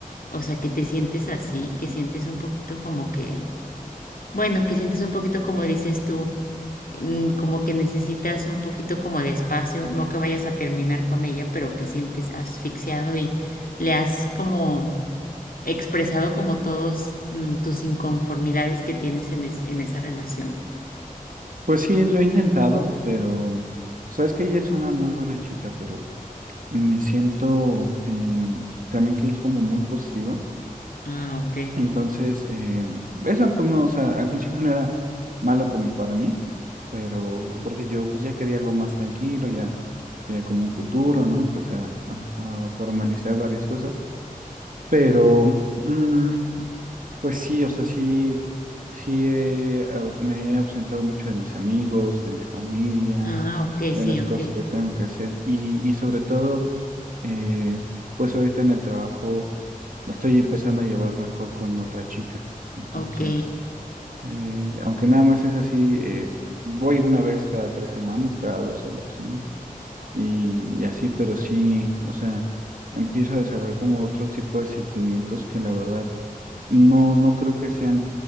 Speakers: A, on the left (about 80°); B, on the right (about 70°).
A: O sea, que te sientes así, que sientes un poquito como que, bueno, que sientes un poquito como dices tú, mm, como que necesitas un poquito como de espacio, no que vayas a terminar con ella, pero que sientes asfixiado y le has como expresado como todos mm, tus inconformidades que tienes en, es- en esa relación.
B: Pues sí, lo he intentado, pero sabes que ella es una muy buena chica, pero me siento eh, también que es como muy positiva.
A: Ah, ok.
B: Entonces, eh, eso pues no, o sea, al principio no era malo como para mí, pero porque yo pues ya quería algo más tranquilo, ya quería como un futuro, ¿no? Empecé a, a- a formalizar varias cosas, pero mm, Pues sí, o sea, sí, sí he au- me he ausentado mucho de mis amigos, de mi familia,
A: Ah, ok,
B: de
A: sí,
B: las
A: ok,
B: cosas que tengo que hacer y, y sobre todo, eh, pues ahorita en el trabajo me estoy empezando a llevar mejor con otra chica. Entonces,
A: ok.
B: eh, aunque nada más es así, eh, voy una vez cada tres semanas, cada dos a la oficina y, y así, pero sí, o sea, empiezo a desarrollar como otros tipos de sentimientos que la verdad no, no creo que sean